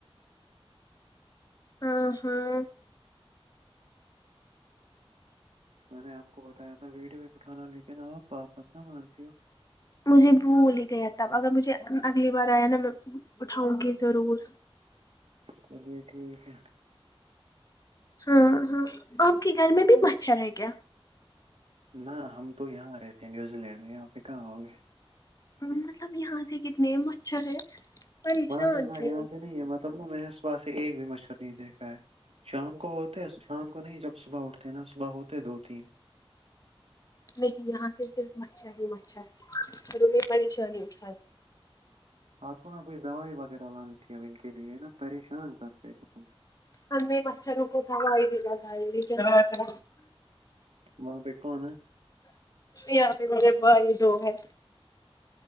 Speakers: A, on the left; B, on the right.
A: ہاں ہاں
B: میں نے آپ کو بتایا تھا ویڈ ویک اٹھانا لیکن آپ باپت نہ مانتی ہو
A: مجھے بھول ہی گیا تب اگر مجھے اگلی بار آیا نا میں اٹھاؤں گی ضرور
B: چلیے ٹھیک ہے
A: ہاں ہاں آپ کے گھر میں بھی مچھر ہے کیا
B: نہ ہم تو یہاں رہے تھے نیوزی لینڈ میں یہاں پہ کہاں ہوں گے
A: مطلب یہاں سے کتنے مچھر ہے پریشان
B: وہاں سے نہ
A: کیا
B: یہاں سے نہیں ہے م تب ن میں نے صبح سے ایک بھی مچر نہیں دیکھا ہے شام کو ہوتا ہے شام کو نہیں جب صبح اٹھتے ہیں نا صبح ہوتے دو تین
A: نہیں یہاں سے صرف مچھر ہی مچھر ہے پ انہیں پریشانی اٹھات دی
B: آپ کو نا کوئی دوائی وغیرہ لانی تھی اب ان کے لیے نا پریشان کرتے قسم
A: ہم مچھ روں کوتا ہوئی بھی گ گ
B: ماں پکا نا
A: یہاں پہ میرے بھائی جو ہے